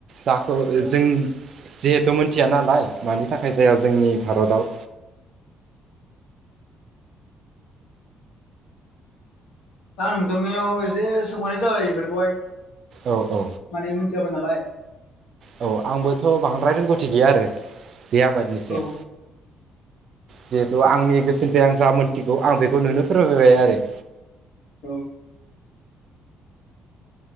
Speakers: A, on the right; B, on the left.
A: जाखौ
B: औ
A: जों जिहेथु मोनथिया नालाय मानि थाखाय जाया जोंनि भारताव।
B: दा नोंथांनियाव एसे सोंहरनाय जाबाय बेफोरखौहाय।
A: औ औ।
B: माने मिथियाबो नालाय
A: औ आंबोथ' बांद्राय रोंगथि गैया आरो बे आबादनि सायाव।
B: औ
A: जिहेथु आंनि गोसोनिफ्राय आं जा मोन्थिगौ आं बेखौ नोंनो फोरमायबाय आरो।
B: औ।